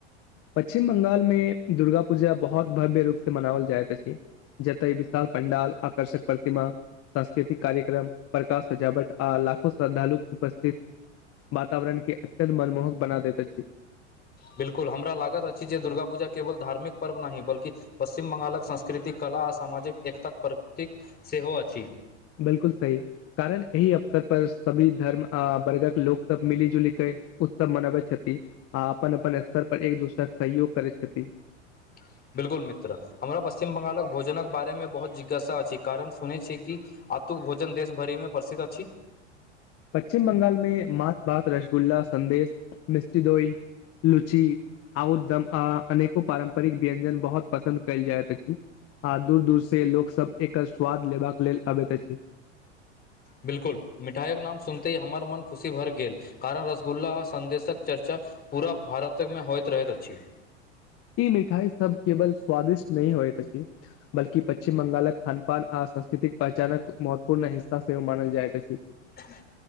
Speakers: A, on the left; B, on the left.
A: पश्चिम बंगाल मे दुर्गा पूजा बहुत भव्य रूप से मनाओल जाइत अछि जतय विशाल पंडाल आकर्षक प्रतिमा सांस्कृतिक कार्यक्रम प्रकाश सजावट आ लाखो श्रद्धालु उपस्थित वातावरणके अत्यन्त मनमोहक बना दैत अछि
B: बिल्कुल हमरा लागत अछि जे दुर्गाापूजा केवल धार्मिक पर्व नहि बलकि पश्चिम बंगालक संस्कृतिक क कला आ सामाजिक एकताक प्रकतिक सेहो अछि
A: बिलकुल सही कारण एहि अवसर पर सभी धर्म आ वर्गक लोक सब मिली जुली कर उत्सव मनबै छथि आ अपन अपन स्तर पर एक दोसरा के सहयोग करै छथि
B: <inaudible> बिलकुल मित्र हमरा पश्चिम बंगालक भोजनक बारेमे बहुत जिज्ञासा अछि कारण सुनै छी कि आतुक भोजन देश भरि मे प्रसिद्ध अछि
A: पश्चिम बंगाल मे माछ भात रसगुल्ला संदेश मिस्टिदोई लुची आओर दम अ अनेको पारम्परिक व्यंजन बहुत पसन्द कयल जाइत अछि आ दूर दूरसँ लोकसभ एकर स्वाद लेबाक लेल अबैत अछि
B: बिल्कुल मिठाईक नाम सुनते हमर मन खुशी भर गेल कारण रसगुल्ला आ संन्देशक चर्चा पूरा भारतमे होइत रहैत अछि
A: ई मिठाई सब केवल स्वादिष्ट नहि होयत अछि बलकि पश्चिम बंगालक खान अपन आ संस्कृतिक पहचानक महत्वपूर्ण हिस्सा से मानल जाइत अछि
B: ह